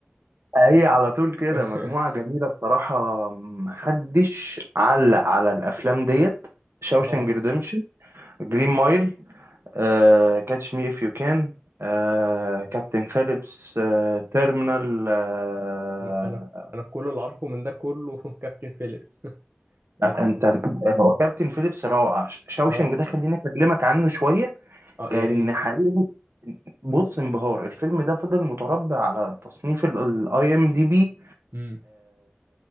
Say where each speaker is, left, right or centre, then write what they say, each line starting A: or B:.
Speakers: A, on the right; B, on the right.
A: هي على طول كده
B: <laughs>
A: مجموعه جميله بصراحه محدش علق على الافلام ديت شاوشانج
B: اه
A: ريديمشن جرين مايل آه، كاتش مي اف يو كان آه، كابتن فيليبس آه، تيرمينال آه،
B: انا انا انا كل اللي عارفه من ده كله <laughs> كابتن فيليبس <laughs>
A: انت
B: لكن
A: هو كابتن فيليبس روعه شاوشنج
B: اه
A: ده خليني اكلمك عنه شويه
B: اه يا
A: لان
B: ريت
A: حقيقي بص انبهار الفيلم ده فضل متربع على تصنيف الاي ام دي بي
B: امم